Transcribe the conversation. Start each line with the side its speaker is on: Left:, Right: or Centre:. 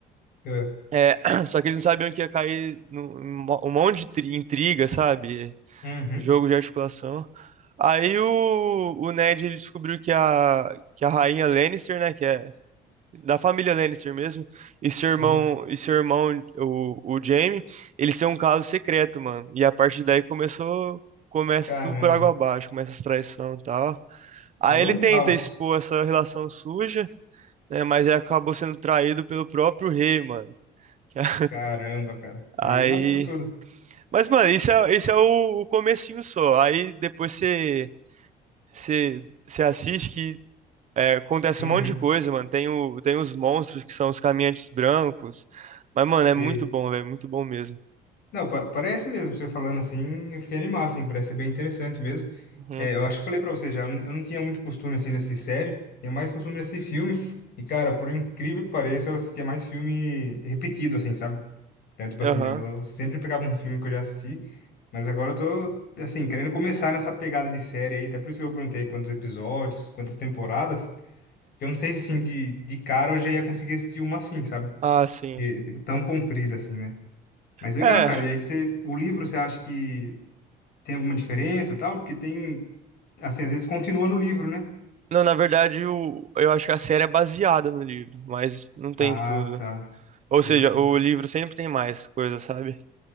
Left: Ah.
Right: É, <clears throat> só que eles não sabiam que ia cair num, num mo- um monte de tri- intriga, sabe?
Left: Uhum.
Right: Jogo de articulação. Aí o, o Ned ele descobriu que a, que a rainha Lannister, né? Que é da família Lannister mesmo, e seu
Left: Sim,
Right: irmão, e seu irmão, o, o Jaime, eles têm um caso secreto, mano. E a partir daí começou, começa
Left: caramba.
Right: tudo por água abaixo, começa as traições e tal. Aí
Left: É
Right: ele
Left: um
Right: tenta
Left: caos.
Right: expor essa relação suja né? Mas aí acabou sendo traído pelo próprio rei, mano. <laughs>
Left: Caramba, cara. Aí
Right: Aí.
Left: lascou tudo.
Right: Mas, mano, isso é, isso é o, o comecinho só. Aí depois você, você, você assiste que é, acontece
Left: Uhum,
Right: um monte de coisa, mano. Tem, o, tem os monstros que são os caminhantes brancos. Mas, mano,
Left: sei.
Right: é muito bom, velho. Muito bom mesmo.
Left: Não, pa- parece mesmo, você falando assim, eu fiquei animado, assim, parece ser bem interessante mesmo.
Right: Uhum.
Left: É, eu acho que falei pra você já, eu n- eu não tinha muito costume, assim, dessa série, tinha mais costume desse filme. E, cara, por incrível que pareça, eu assistia mais filme repetido, assim, sabe? Então, tipo
Right: Aham.
Left: assim, eu sempre pegava um filme que eu já assisti, mas agora eu tô, assim, querendo começar nessa pegada de série aí, até por isso que eu perguntei quantos episódios, quantas temporadas. Porque eu não sei se, assim, de, de cara eu já ia conseguir assistir uma assim, sabe?
Right: Ah, sim.
Left: Que, tão comprida, assim, né? Mas legal,
Right: É.
Left: cara. E aí você, o livro, você acha que tem alguma diferença e tal? Porque tem, assim, às vezes continua no livro, né?
Right: Não, na verdade, o, eu acho que a série é baseada no livro, mas não tem
Left: Ah,
Right: tudo.
Left: tá. Sei,
Right: Ou seja,
Left: sei.
Right: o livro sempre tem mais coisa, sabe?